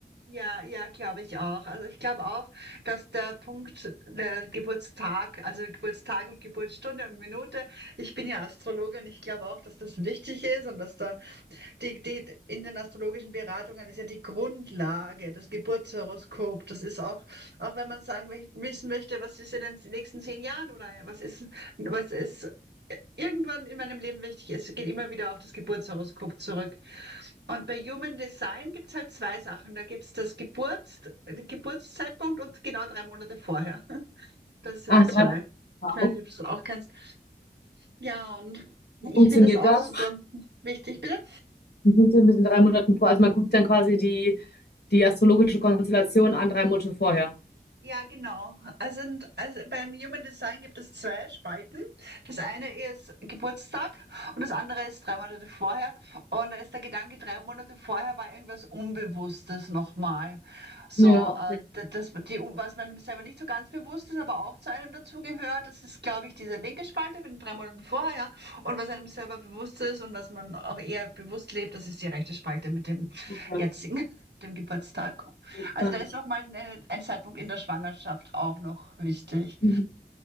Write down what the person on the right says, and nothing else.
Ja, ja, glaube ich auch. Also ich glaube auch, dass der Punkt, der Geburtstag, also Geburtstag und Geburtsstunde und Minute, ich bin ja Astrologin, ich glaube auch, dass das wichtig ist und dass da die, die in den astrologischen Beratungen ist ja die Grundlage, das Geburtshoroskop. Das ist auch, auch wenn man sagen, will- wissen möchte, was ist in den nächsten zehn Jahren oder was ist, was ist irgendwann in meinem Leben wichtig ist, geht immer wieder auf das Geburtshoroskop zurück. Und bei Human Design gibt's halt zwei Sachen. Da gibt's das Geburts Geburtszeitpunkt und genau drei Monate vorher. <laughs> Das sind
zwei.
Ich weiß nicht, ob du es auch kennst. Ja, und ich
finde das auch
super wichtig. Bitte?
Ja, genau. Also, und- also beim Human Design gibt es zwei Spalten. Das eine ist Geburtstag und das andere ist drei Monate vorher. Und da ist der Gedanke, drei Monate vorher war irgendwas Unbewusstes nochmal. So,
ähm,
da- das, die, was man selber nicht so ganz bewusst ist, aber auch zu einem dazugehört. Das ist, glaube ich, diese linke Spalte mit den drei Monaten vorher. Und was einem selber bewusst ist und was man auch eher bewusst lebt, das ist die rechte Spalte mit dem
jetzigen, <laughs> dem Geburtstag.
Also da ist noch mal ein, äh, ein Zeitpunkt in der Schwangerschaft auch noch wichtig.